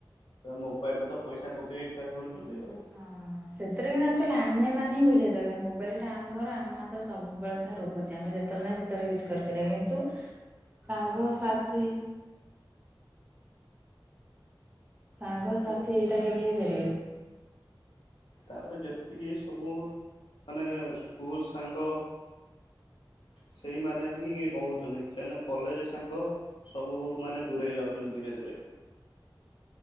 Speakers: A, on the left; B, on the right.
A: ତ ମୋବାଇଲରେ ତ ପଇସା ପକେଇ ଛୁଆ ଖେଲୁଛନ୍ତି ଆଉ।
B: ହଁ ସେଥିରେ କିନା ଅଲ୍ଚୁଆଲି ଆମେମାନେ ହିଁ ବୁଝିବା ଦରକାର ମୋବାଇଲ ଟା ଆମର ଆମ ହାତରେ ସବୁବେଳେ ପାଇଁ ରହୁଚି ଆମେ ଯେତେବେଳେ ନାହିଁ ସେ ତାର ୟୁଜ୍ କରିପାରିବା କିନ୍ତୁ ସାଙ୍ଗସାଥି ସାଙ୍ଗସାଥି
A: ତାପରେ
B: ଏଇଟା କେବେ ହେଇ ପାରିବ କି?
A: ତାପରେ ଯେଥିକି ସବୁ ମାନେ ସ୍କୁଲ ସାଙ୍ଗ ସେଇମାନେ ହିଁ ରହୁଚନ୍ତି କାହିଁକିନା କଲେଯେ ସାଙ୍ଗ ସବୁ ମାନେ ଦୂରେଇ ଯାଉଚନ୍ତି ଧୀରେ ଧୀରେ।